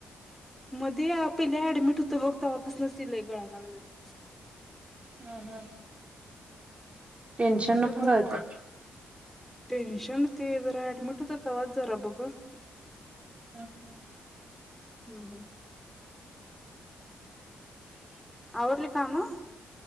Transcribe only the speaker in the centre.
मध्ये पिल्या ऍडमिट हो त बघ तवा पसनच लय गळायला लागल्यात.
नाहीतर
गळ
टेन्शन ते जरा ऍडमिट होत, तवाच जरा बघ.
हम् हम् आवरली कामं